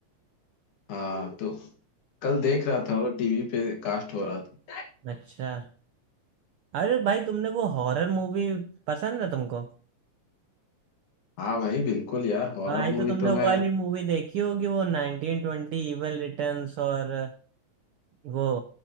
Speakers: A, on the left; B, on the right.
A: हाँ तो कल देख रहा था वो टीवी पे कास्ट हो रहा था
B: अच्छा अरे भाई तुमने वो हॉरर मूवी पसंद है तुमको
A: हाँ भाई बिल्कुल यार हॉरर
B: आई
A: मूवी
B: तो तुमने
A: तो
B: वो
A: मैं
B: वाली मूवी देखी होगी वो नाइनटीन ट्वेंटी इविल रिटर्न्स और वो